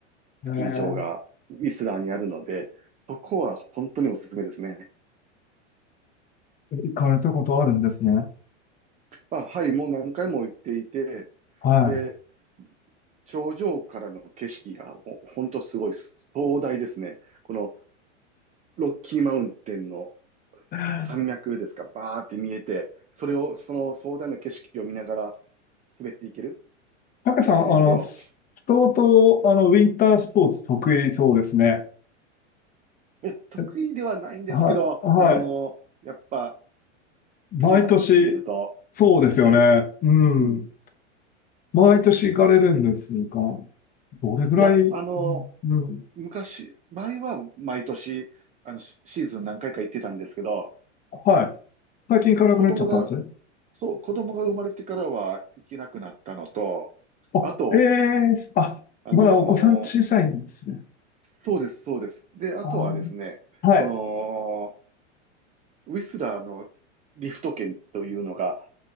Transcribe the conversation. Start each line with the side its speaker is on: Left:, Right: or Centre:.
Right: スキー場がウィスラーにあるので、
Left: ええ
Right: そこは本当におすすめですね。
Left: 行かれたことあるんですね。
Right: まあ、はい、もう何回も行っていて、
Left: は
Right: で、頂上からの景色がもう本当すごいです壮大ですね。このロッキーマウンテンの
Left: い。<laughs>
Right: 山脈ですか、バーって見えて、それを、その壮大な景色を見ながら滑っていける
Left: たけさん、
Right: ゲレンデを。
Left: あの、す相当、あの、ウィンタースポーツ得意そうですね。
Right: いや、得意ではないんですけど、
Left: えはい、はい。
Right: あのーやっぱ
Left: 毎年、
Right: カナダに住んでると、
Left: そうですよね。
Right: はい、
Left: うん。
Right: うん。
Left: 毎年行かれるんですが、どれぐらい、
Right: いや、
Left: うんうん、
Right: あのー昔、前は毎年、あの、シシーズン何回か行ってたんですけど、
Left: はい。最近行かなくなっちゃったんですね。
Right: 子供が、そう、子供が生まれてからは行けなくなったのと、
Left: あ、
Right: あと、
Left: ええあ、
Right: あのー
Left: まだお子さん小さいんですね。
Right: そうです、そうです。で、あとはですね、
Left: あー、はい。
Right: その、ウィスラーのリフト券というのが、